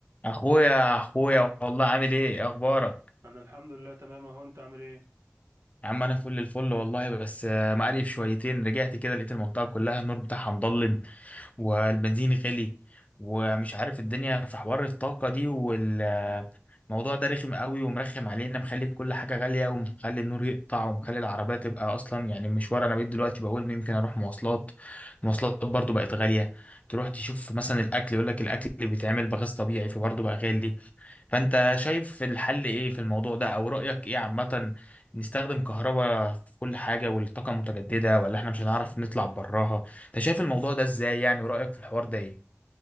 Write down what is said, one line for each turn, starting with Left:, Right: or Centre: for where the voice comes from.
Left: اخويا اخويا والله عامل ايه إيه اخبارك
Right: انا الحمد لله تمام اهو انت عامل ايه
Left: يا عم انا فل الفل والله بس آه، مقرف شويتين رجعت كده لقيت المنطقه كلها النور بتاعها مضلم والبنزين غلي ومش عارف الدنيا في حوار الطاقه دي والموضوع ده رخم قوي ومرخم علينا مخلي كل حاجه غاليه ومخلي النور يقطع ومخلي العربيه تبقى اصلا يعني مشوار انا بقيت دلوقتي بقول يمكن اروح مواصلات المواصلات برضو بقت غاليه تروح تشوف مثلا الاكل يقول لك الاكل اللي بيتعمل بغاز طبيعي فبرضه بقى غالي فانت شايف الحل ايه في الموضوع ده او رأيك ايه عامة نستخدم كهرباء في كل حاجة والطاقة المتجددة ولا احنا مش هنعرف نطلع براها انت شايف الموضوع ده ازاي يعني ورأيك في الحوار ده ايه